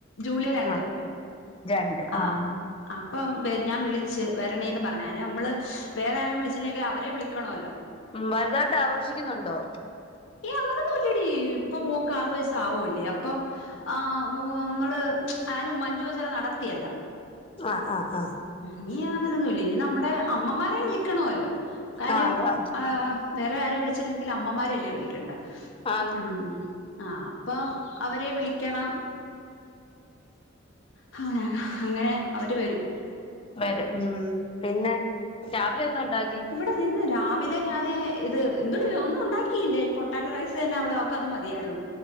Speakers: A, on the left; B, on the left.
A: ജൂലൈ രണ്ട്
B: ആഹ് രണ്ട്
A: ആ
B: ആഹ്
A: ഇപ്പം വെര് ഞാൻ വിളിച്ച് വരണേന്ന് പർഞ്ഞ് അയ്ന് നമ്മള് വേറെ ആരേലും വിളിച്ചില്ലെങ്കിലും അവരെ വിളിക്കണോല്ലോ
B: ഉം വലുതായിട്ടാഘോഷിക്കുന്നുണ്ടോ
A: അങ്ങനൊന്നുല്ലടി ഇപ്പം മോക്ക് ആറ് വയസവോ ല്ലേ അപ്പം ആ മോ നമ്മള് അനും അഞ്ചു വയസരെ നടത്തിയല്ലോ
B: ആ ആ ആ
A: ഇനി അങ്ങനൊന്നുംല്ല ഇനി നമ്മടെ അമ്മമാരെ വിളിക്കണല്ലോ കാര്യം
B: ആഹ് അതാ
A: ഏ വറെ വിളിച്ചില്ലെങ്കിലും അമ്മമാരെല്ലേ വിളിക്കണ്ടേ
B: ആന്ന്
A: ഉം ആ അപ്പം അവരെ വിളിക്കണം ഹ അങ്ങനെ അവര് വരും
B: വരും ഉം പിന്നെ രാവിലെന്തുണ്ടാക്കി
A: ന്ന് രാവിലെ ഞാന് ഇത് എന്തുട ഒന്നുണ്ടാക്കില്ല ഈ പൊട്ടാറ്റോ റൈസെന്നെ അവള് അവക്കത് മതിയായി ര്ന്നു